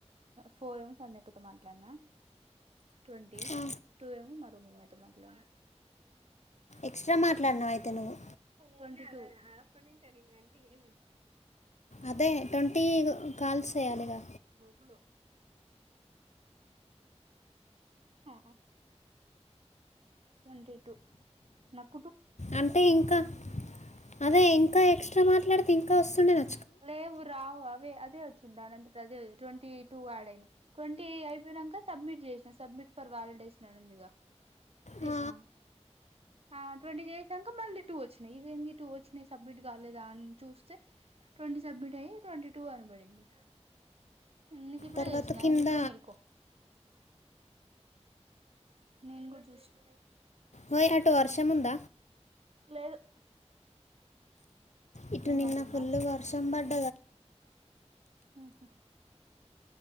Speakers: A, on the right; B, on the left.
A: ఫోర్ ఏమో సంధ్యక్కతో మాట్లాడినా ట్వంటీ
B: ఆ.
A: టూ ఏమో మా రూమ్ <unintelligible>
B: ఎక్స్ట్రా మాట్లాడినావు అయితే నువ్వు
A: ట్వంటీ టూ అప్పటినుంటి తనకినంటే ఇయానంట
B: అదే ట్వంటీ కాల్స్ చేయ్యాలిగా
A: గ్రూపులో హ ట్వంటీ టూ మొత్
B: అంటే ఇంకా అదే ఇంకా ఎక్స్ట్రా మా ట్లా డితే ఇంకా వస్తుండేనా
A: లేవు రావు అవే అది వచ్చింది దానంతటాఅదే ట్వంటీ టూ ఆడ్ అయినై ట్వంటీ అయిపోయినంక సబ్మిట్ చేసిన సబ్మిట్ ఫర్ వాలిడేషన్ అని ఉంది గా చేసిన
B: ఆ,
A: ఆ ట్వంటీ చేసినంక మళ్లి టూ వచ్చినయ్ ఇదేందీ టూ వచ్చినయి సబ్మిట్ కాలేదా అని చూస్తే ట్వంటీ సబ్మిట్ అయ్యాయి ట్వంటీ టూ అని పడింది నీకు ఇప్పుడే
B: తర్వాత
A: తెలిసిందా
B: కింద
A: నువ్వు ఇప్పుడే మెలుకో నేను కూడా చూసిన
B: ఒయ్ అటు వర్షముంద
A: లేదు
B: ఇటు
A: ఏమట్టుందా
B: నిన్న ఫుల్ వర్షం పడ్
A: ఉహు